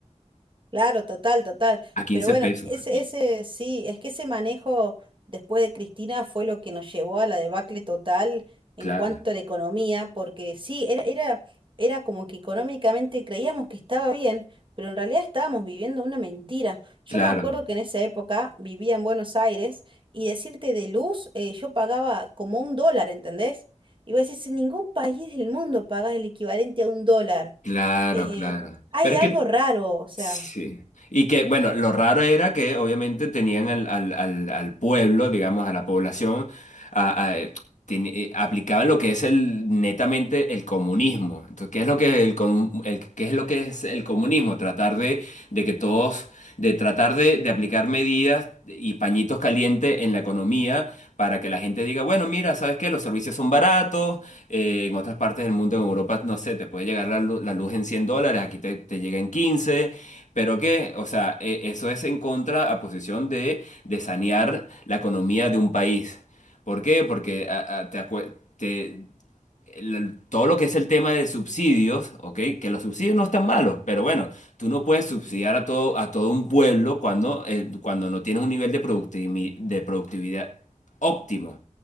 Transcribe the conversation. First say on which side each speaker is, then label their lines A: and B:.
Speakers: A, on the right; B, on the left.
A: Claro, total, total.
B: a 15
A: Pero bueno,
B: pesos,
A: ese,
B: y
A: ese, sí, es que ese manejo después de Cristina fue lo que nos llevó a la debacle total en
B: claro,
A: cuanto a la economía, porque sí, era, era, era como que económicamente creíamos que estaba bien, pero en realidad estábamos viviendo una mentira. Yo
B: claro,
A: me acuerdo que en esa época vivía en Buenos Aires y decirte de luz, eh, yo pagaba como un dólar, ¿entendés? Y vos decís, en ningún país del mundo pagas el equivalente a un dólar.
B: claro,
A: Eh,
B: claro.
A: hay
B: Pero es
A: algo
B: que,
A: raro, o sea.
B: sí. Y que, bueno, lo raro era que obviamente tenían al, al, al, al pueblo, digamos, a la población a- a- ten- eh, aplicaban lo que es el netamente el comunismo. Entonces, ¿qué es lo que el, comu- el- qué es lo que es el comunismo? Tratar de, de que todos, de tratar de, de aplicar medidas y pañitos calientes en la economía para que la gente diga, bueno, mira, ¿sabes qué? Los servicios son baratos, eh, en otras partes del mundo, en Europa, no sé, te puede llegar la, lu- la luz en 100 dólares, aquí te, te llega en quince pero que, o sea, eh, eso es en contra a posición de, de sanear la economía de un país. ¿Por qué? Porque a- a- te acue- te- el- todo lo que es el tema de subsidios, ¿ok? Que los subsidios no están malos, pero bueno, tú no puedes subsidiar a todo, a todo un pueblo cuando, eh, cuando no tienes un nivel de productivi- de productividad óptimo.